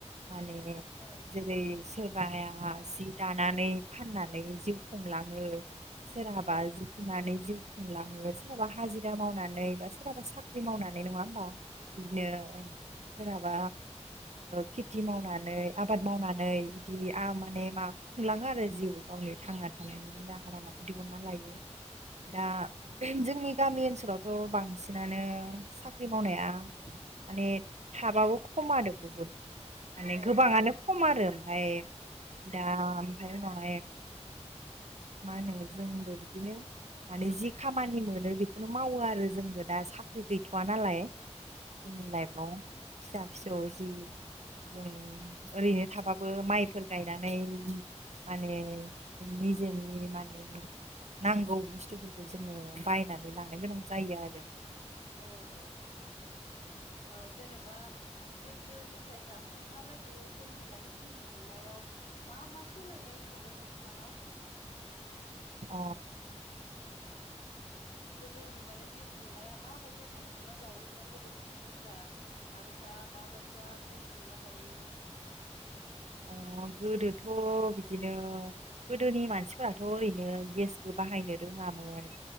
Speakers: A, on the right; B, on the left.
A: माने
B: औ
A: जेरै सोर जि दानानै फाननानै जिउ खुंलाङो सोराबा
B: औ
A: <unintelligible> जिउ मोनलाङो सोरहाबा हाजिरा मावनानै बा सोरहाबा साख्रि मावनानै नङा होमबा। बिदिनो सोरहाबा खेथि मावनानै आबाद मावनानै बिदि आ माने मा खुंलाङो आरो जिउ गावनि थांना थानायनि राहा लामाखौ दिहुनना लायो। दा जोंनि गामि ओनसोलावथ' बांसिनानो साख्रि साख्रि मावनाया माने थाबाबो खम आरो बुहुद माने
B: औ-औ-औ-औ-औ-औ-औ-औ-औ-औ-औ-औ
A: गोबाङानो खम आरो ओमफ्राय दा ओमफ्राय उनावहाय मा होनो जोंबो बिदिनो माने जि खामानि मोनो बेखौनो मावो आरो जोंबो दा साख्रि गैथ'वा नालाय जोंनि लाइफआव फिसा फिसौ जि जों ओरैनो थाबाबो माइफोर गायनानै माने निजोन माने नांगौ बुस्थुफोरखौ जोंङो बायनानै लानो गोनां जायो आरो
B: औ-औ
A: <inaudible>
B: ओ जेनेबा गोदोनिफ्राय दासिमहालागै जोंनि माने जिउ खुंनायाव‌। मा-मा सोलायनाय नुदों नोंथांङा
A: अ
B: गोदोनि माने जिउ खुंनाया माबायदि जिउ खुंना जायोमोन गोदोनि सुबुंफ्रा आरो दा ओ माबायसा जिउ खुंना जायो।
A: <inaudible> अ गोदोथ बिदिनो गोदोनि मानसिफोराथ ओरैनो गेसबो बाहायनो रोंङामोन